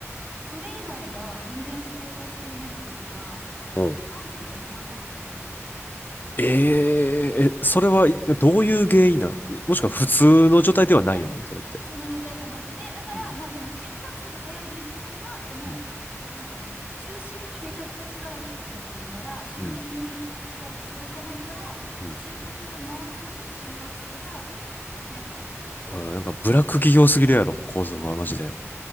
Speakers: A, on the right (about 20°); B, on the left (about 35°).
A: それ以外が全然仕事をしていないというか、
B: うん。
A: 酸素が行き渡ってない。
B: えーえ、それはいどういう原因なんもしくは普通の状態ではないよな、
A: えいや、
B: それって。
A: 普通の状態ではなくて、だから、
B: うん。
A: まあその心拍数が速い理由としては、この、
B: うん。
A: なんていうの、中心にめちゃくちゃ力がかかっちゃってるから、周辺に血が行き届かないから、
B: うん。うん。
A: 血をたくさん回すために心拍数が速くなってると。
B: おいなんかブラック企業すぎるやろ、構造がマジで。
A: いや、そう。